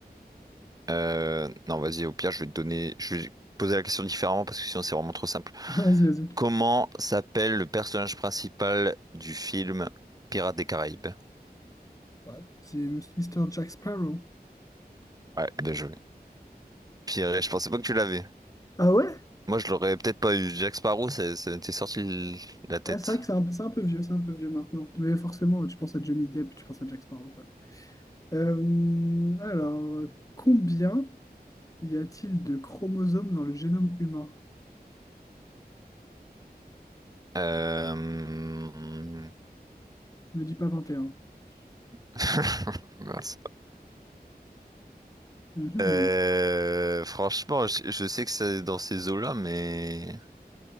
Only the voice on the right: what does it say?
euh, non, vas-y, au pire, je vais te donner... Je vais poser la question différemment parce que sinon c'est vraiment trop simple.
Comment s'appelle le personnage principal du film Pirates des Caraïbes?
Ouais, bien joué. Piré, je pensais pas que tu l'avais.
Moi, je l'aurais peut-être pas eu. Jack Sparrow, ça ça m'était sorti de la tête.
Euh...
<laughs> Mince.
Euh, franchement, je, je sais que c'est dans ces eaux-là, mais